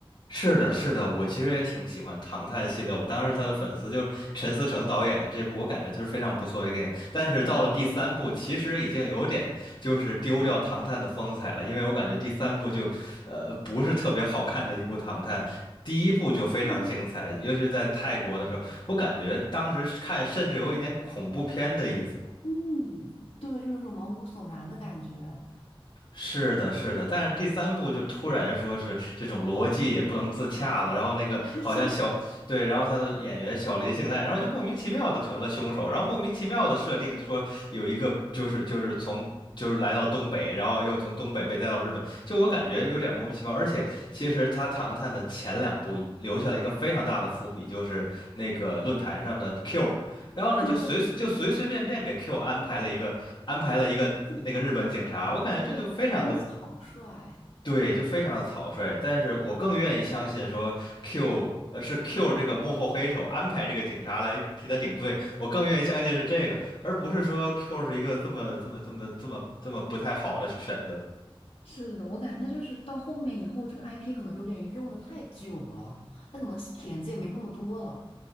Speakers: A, on the left; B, on the left.
A: 是的，是的，我其实也挺喜欢《唐探》系列，我当时是他的粉丝，就是陈思诚导演的这部，我感觉就是非常不错的电影。但是到了第三部，其实已经有点就是丢掉《唐探》的风采了，因为我感觉第三部就，呃，不是特别好看的一部《唐探》。第一部就非常精彩，
B: 对，
A: 尤其是在泰国的时候，
B: 是的。
A: 我感觉当时是看甚至有一点恐怖片的意思。
B: 嗯，对，就有种毛骨悚然的感觉。
A: 是的，是的，但是第三部就突然说是这种逻辑也不能自洽了，然后那个好像小，
B: <laughs>
A: 对，然后他的演员小林幸奈，然后就莫名其妙的成了凶手，然后莫名其妙的设定就说有一个就是就是从就是来到东北，然后又从东北被带到日本，就我感觉有点莫名其妙，而且其实他《唐探》的前两部留下了一个非常大的伏笔，就是那个论坛上的 Q。然后呢，
B: 对，
A: 就随就随随便便给 Q 安排了一个安排了一个那个日本警察，
B: 啊，
A: 我感觉这就非常的
B: 对，感觉很草率。
A: 对，就非常的草率。但是我更愿意相信说 Q 呃是 Q 这个幕后黑手安排这个警察来替他顶罪，我更愿意相信是这个，而不是说 Q 是一个这么这么这么这么这么不太好的去选择。
B: 是的，我感觉他就是到后面以后，这个 IP 可能有点用的太久了，他可能点子也没那么多了。